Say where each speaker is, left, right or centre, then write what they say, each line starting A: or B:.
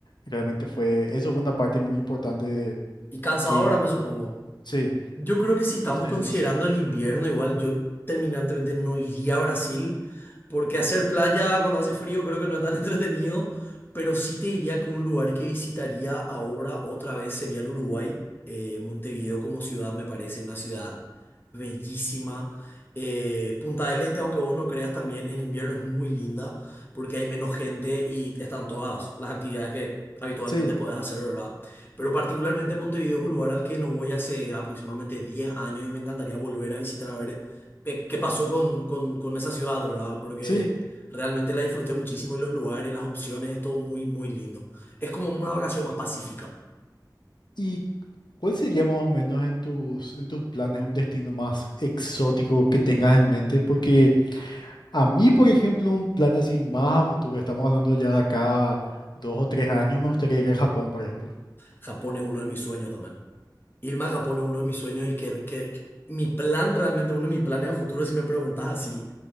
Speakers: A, on the left (about 75°); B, on the left (about 30°).
A: realmente fue, eso fue una parte muy importante de
B: Y cansadora,
A: que,
B: me supongo.
A: sí,
B: Yo creo que si estamos
A: entonces,
B: considerando el invierno, igual yo terminantemente no iría a Brasil, porque hacer playa cuando hace frío creo que no es tan <laughs> entretenido, pero sí te diría que un lugar que visitaría ahora otra vez sería el Uruguay. Eh, Montevideo como ciudad me parece una ciudad bellísima. Eh, Punta del Este, aunque vos no creas también, en invierno es muy linda porque hay menos gente y están todas las actividades que habitualmente
A: sí,
B: podés hacer, ¿verdad? Pero particularmente Montevideo es un lugar al que no voy hace aproximadamente 10 años y me encantaría volver a visitar a ver qué, qué pasó con, con, con esa ciudad, ¿verdad? Porque
A: sí.
B: realmente la disfruté muchísimo y los lugares, las opciones, es todo muy, muy lindo. Es como una vacación más pacífica.
A: ¿Y cuál sería más o menos en tus, en tus planes un destino más exótico que tengas en mente? Porque a mí, por ejemplo, un plan así más a futuro, estamos hablando ya de acá dos o tres años, me gustaría ir a Japón, por ejemplo.
B: Japón es uno de mis sueños también. Irme a Japón es uno de mis sueños y que, que- que mi plan realmente, uno de mis planes a futuro, si me preguntas así